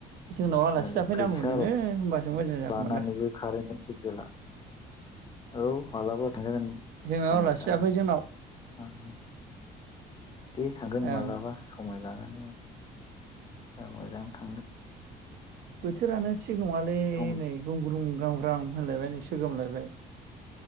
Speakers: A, on the right (about 65°); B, on the left (about 30°).
A: जोंनाव आलासि
B: आरो
A: जाफैनांगौमोन
B: फैसा
A: नोङो होमबासो मोजां जागौमोन
B: लानानैबो
A: दा
B: खारेंखौ थिग जाला औ मालाबा थांजागोन
A: जोंनाव
B: समाय
A: आलासि
B: लानानै
A: जाफै जोंनाव
B: ओं थां दे थांगोन
A: ओं
B: मालाबा समाय लानानै। ओ मोजां थांगोन।
A: बोथोरानो थिग नङालै
B: उम
A: नै गुंग्रुं गामग्राम होनलायबाय नै सोगोमलायबाय।